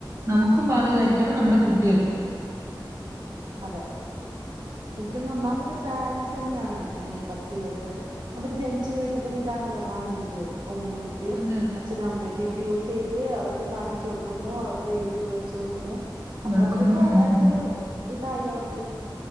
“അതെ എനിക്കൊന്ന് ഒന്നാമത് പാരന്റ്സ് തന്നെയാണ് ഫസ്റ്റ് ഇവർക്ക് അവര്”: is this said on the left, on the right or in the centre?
Right